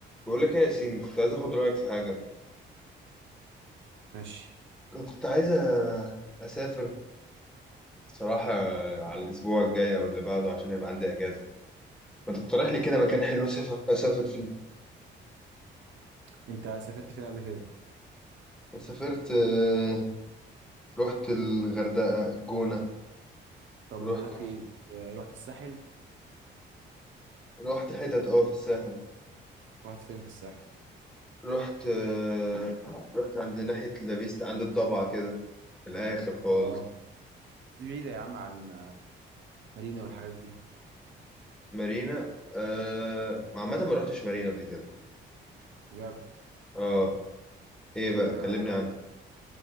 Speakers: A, in the centre; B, on the right.
A: بقول لك ايه يا ياسين كنت عايز اخد رايك في حاجه
B: ماشي
A: كنت عايز أ- اسافر صراحه على الاسبوع الجاي او اللي بعده عشان يبقى عندي اجازه ما تقترح لي كده مكان حلو اسافر اسافر فيه
B: انت سافرت فين قبل كده
A: سافرت آه، رحت الغردقه الجونه
B: طب
A: ورحت
B: بقول لك ايه آه، رحت الساحل
A: رحت حتت اه في الساحل
B: رحت فين في الساحل
A: رحت آه، رحت عند ناحيه لافيستا عند الضبعه كده في الاخر خالص
B: اه بس دي بعيده يا عم عن آه، مارينا والحاجات دي
A: مارينا آه، عامه ما رحتش مارينا قبل كده
B: بجد
A: اه ايه بقى
B: مارينا
A: كلمني
B: تحفه